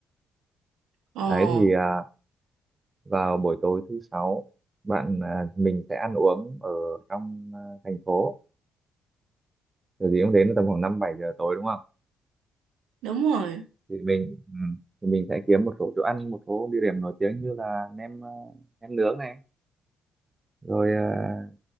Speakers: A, on the right; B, on the right.
A: ờ,
B: đấy thì à, vào buổi tối thứ sáu bạn à, mình sẽ ăn uống ở trong à, thành phố Kiểu gì cũng đến tầm khoảng năm bảy giờ tối đúng không
A: đúng rồi.
B: thì mình ừ, thì mình sẽ kiếm một số chỗ ăn một số địa điểm nổi tiếng như là nem à, nem nướng này rồi à,